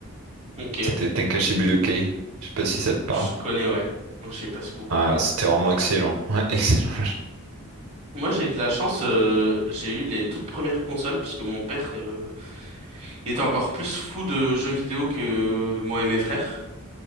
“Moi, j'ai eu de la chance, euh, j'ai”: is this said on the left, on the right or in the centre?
Right